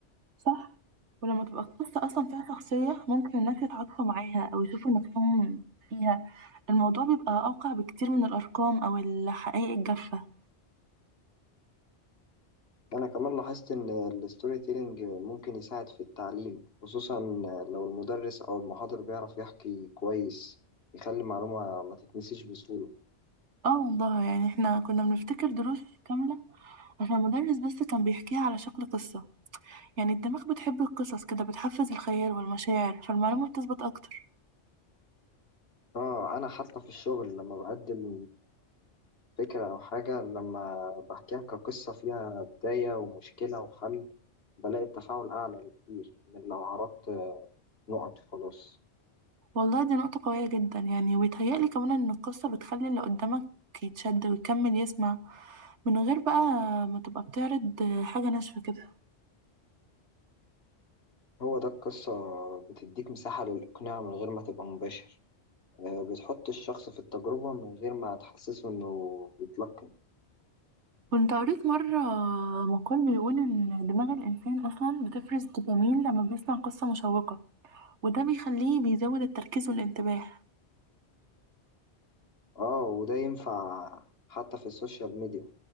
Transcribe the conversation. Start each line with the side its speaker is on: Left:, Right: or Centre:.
Right: صح ولما تبقى القصة أصلا فيها شخصية ممكن الناس يتعاطفوا معاها أو يشوفوا نفسهم فيها الموضوع بيبقى أوقع بكتير من الأرقام أو الحقائق الجافة
Left: أنا كمان لاحظت إن الستوري تيلينج ممكن يساعد في التعليم خصوصا لو المدرس أو المحاضر بيعرف يحكي كويس يخلي المعلومة ما تتنسيش بسهولة
Right: اه والله يعني احنا كنا بنفتكر دروس كاملة فالمدرس بس كان بيحكيها على شكل قصة يعني الدماغ بتحب القصص كده بتحفز الخيال والمشاعر فالمعلومة بتثبت أكتر
Left: اه انا حتى في الشغل لما بقدم فكرة او حاجة لما بحكيها كقصة فيها بداية ومشكلة وحل بلاقي التفاعل اعلى بكتير من لو عرضت نقط وخلاص
Right: والله دي نقطة قوية جدا يعني ويتهيألي كمان إن القصة بتخلي اللي قدامك يتشد ويكمل يسمع من غير بقى ما تبقى بتعرض حاجة ناشفة كده
Left: هو ده القصة بتديك مساحة للاقناع من غير ما تبقى مباشر آه، بتحط الشخص في التجربة من غير ما تحسسه انه بيتلقن
Right: كنت قريت مرة مقال بيقول إن دماغ الإنسان أصلا بتفرز دوبامين لما بيسمع قصة مشوقة وده بيخليه بيزود التركيز والانتباه
Left: اه وده ينفع حتى في السوشيال ميديا